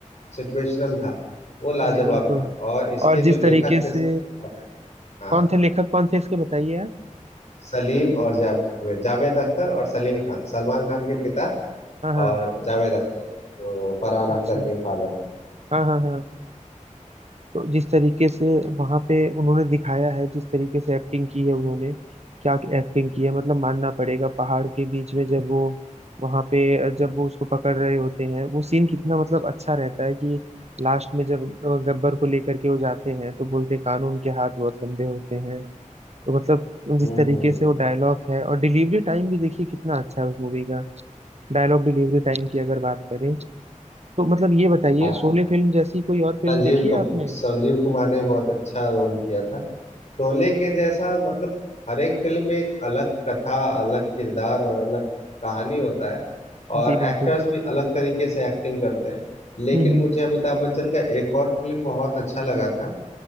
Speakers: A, on the left; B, on the right.
A: सिचुएशनल था वो लाजवाब
B: जी बिल्कुल
A: था और इसके
B: और जिस
A: जो
B: तरीके
A: लेखक
B: से
A: थे सलीम हाँ
B: कौन थे लेखक कौन थे इसके बताइए आप
A: सलीम और जावेद जावेद अख्तर और सलीम खान सलमान खान के पिता
B: हाँ हाँ
A: और जावेद अख्तर जो फरहान
B: अच्छा
A: अख्तर के फादर है
B: हाँ हाँ हाँ तो जिस तरीके से वहां पे उन्होंने दिखाया है जिस तरीके से एक्टिंग की है उन्होंने क्या एक्टिंग की है मतलब मानना पड़ेगा पहाड़ के बीच में जब वो वहां पे जब वो उसको पकड़ रहे होते हैं वो सीन कितना मतलब अच्छा रहता है कि लास्ट में जब अ, गब्बर को लेकर के वो जाते हैं तो बोलते हैं कानून के हाथ बहुत लंबे होते हैं तो मतलब
A: हम्म
B: जिस तरीके
A: हम्म हम्म।
B: से वो डायलॉग है और डिलीवरी टाइम भी देखिए कितना अच्छा है उस मूवी का डायलॉग डिलीवरी टाइम की अगर बात करें तो मतलब ये बताइए
A: हाँ
B: शोले फिल्म जैसी कोई और फिल्म
A: संजीव
B: देखी
A: कप-
B: है आपने
A: संजीव कुमार ने बहुत अच्छा रोल किया था शोले के जैसा मतलब हर एक फिल्म में एक अलग कथा अलग किरदार और अलग कहानी होता है और
B: जी बिल्कुल
A: एक्टर्स भी अलग तरीके से एक्टिंग करते हैं लेकिन
B: हम्म हम्म
A: मुझे अमिताभ बच्चन का एक और फिल्म बहुत अच्छा लगा था